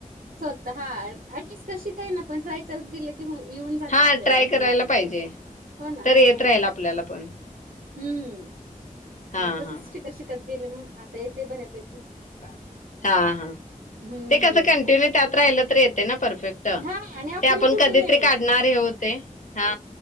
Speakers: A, on the right; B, on the left.
A: स्वतः हा अटलिस्ट कशी काय ना पण ट्राय करत गेलं की होऊन येऊन जातं
B: हां
A: आपल्याला
B: ट्राय
A: ऑटोमॅटिक
B: करायला
A: ते.
B: पाहिजे.
A: हो ना
B: तर
A: हां
B: येत राहील आपल्याला पण.
A: हम्म
B: हां
A: मग तसंच
B: हां.
A: शिकत शिकत गेलं मग. आता येते बऱ्यापैकी
B: हा हा
A: हम्म
B: ते कसं कंटिन्यू त्यात राहिलं तर येते ना परफेक्ट. ट
A: हा आणि आपल्याला
B: ते आपण
A: कुठं
B: कधीतरी
A: वेळ
B: काढणार
A: ओ
B: हे होते हा.